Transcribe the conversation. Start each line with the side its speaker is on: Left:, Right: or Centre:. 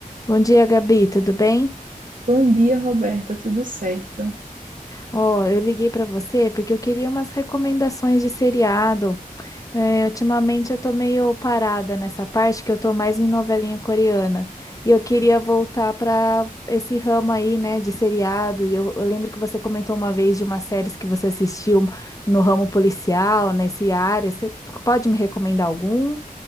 Left: Bom dia, Gabi, tudo bem?
Right: Bom dia, Roberta, tudo certo?
Left: Ó, eu liguei para você porque eu queria umas recomendações de seriado. É, ultimamente eu tô meio parada nessa parte que eu tô mais em novelinha coreana. E eu queria voltar para esse ramo aí, né, de seriado. E Eu, eu lembro que você comentou uma vez de uma série que você assistiu no ramo policial, nesse área. Você pode me recomendar algum?